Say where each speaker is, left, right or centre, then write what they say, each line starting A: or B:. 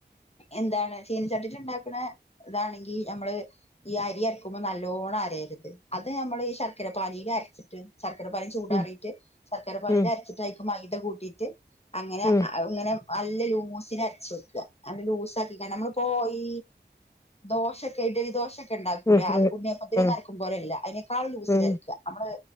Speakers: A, on the left; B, on the left.
A: എന്താണ് ചീനിച്ചട്ടിയിലിണ്ടാക്കണ ഇതാണെങ്കി നമ്മള് ഈ അരക്കുമ്പോ നല്ലോണ്ണമരയരുത്, അത് നമ്മള് ശർക്കര പാനീയിലരച്ചിട്ട് ശർക്കര പാനിചൂടാറിയിട്ട്
B: ഉം
A: ശരക്കര പാനിയിലരച്ചിട്ടതിലേക്കു
B: ഉം
A: മൈദ കൂട്ടിയിട്ടങ്ങനെ
B: ഉം ഉം
A: അങ്ങനെ നല്ല ലൂസിനരച്ചുവെക്കുക. നല്ല ലൂസാക്കിയിങ്ങനെ നമ്മള് ഇപ്പോയീ ദോശക്കെ, ഇഡ്ഡലി ദോശക്കെ ഉണ്ടാക്കൂലെ,
B: ഉം
A: ഉണ്ണിയപ്പത്തിന്നരക്കും
B: ഉം
A: പോലെയല്ല, അതിനേക്കാൾ ലൂസിലരക്കുക
B: ഉം
A: നമ്മള്